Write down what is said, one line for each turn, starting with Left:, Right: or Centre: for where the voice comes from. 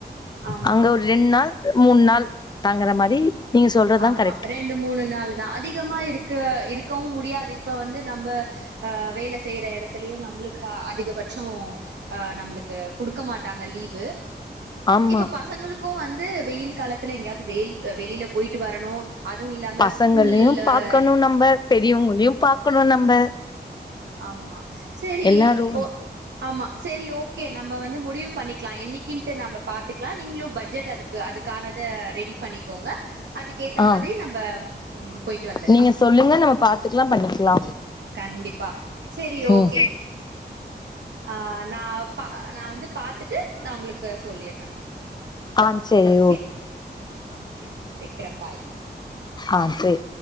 Right: ஆமா,
Left: அங்க ஒரு ரெண்டு நாள் மூணு நாள் தங்குற மாரி நீங்க சொல்றதா
Right: ஆமா
Left: கரெக்ட்
Right: ரெண்டு மூணு நாள் தா அதிகமா இருக்க இருக்கவும் முடியாது இப்ப வந்து நம்ம ஆ வேல செய்யற எடத்துலயு நம்மளுக்கு அதிக ப ம் நம்ளுக்கு கொடுக்க மாட்டாங்க லீவு
Left: ஆமா
Right: இப்ப பசங்களுக்கு வந்து வெயில் காலத்துல எங்காயவது வெயில் வெளியில போயிட்டு வரணு அதுவும் இல்லாம
Left: பசங்களையு
Right: ஸ்கூல்ல
Left: பாக்கணு நம்ம பெரியவங்களையு பாக்கணு நம்ம
Right: ஆமா சரி
Left: எல்லாரு
Right: ஓ ஆமா சரி ஓகே நம்ம வந்து முடிவு பண்ணிக்கலா என்னைக்கின்டு நம்ம பாத்துக்கலா நீங்களு பட்ஜெட் அதுக்கு அதுக் கானத ரெடி பண்ணிக்கோங்க அதுக்கு ஏத்த
Left: ஆ
Right: மாதிரி நம்ம போயிட்டு வந்துரலாம்
Left: நீங்க சொல்லுங்க நம்ம பாத்துக்கலா பண்ணிக்கலா
Right: கண்டிப் ப சரி ஓகே
Left: ம்
Right: ஆஹ் நா ப நா வந்து பாத்துட்டு ந உங்களுக்கு சொல்லிடுறே
Left: ஆ சரி
Right: ஓகே ஓகே வெக்கிறே பாய்
Left: ஆஹ் சேரி